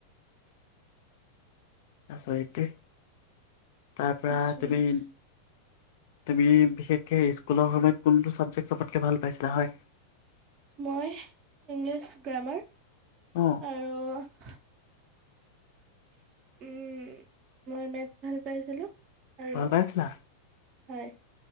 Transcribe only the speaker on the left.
আচৰিত দেই, তাৰ পৰা
তুমি তুমি বিশেষকে স্কুলৰ সময়ত কোনটো ছাবজেক্ট চবতকে ভাল পাইছিলা হ'য়?
অ'।
ভাল
পাইছিলা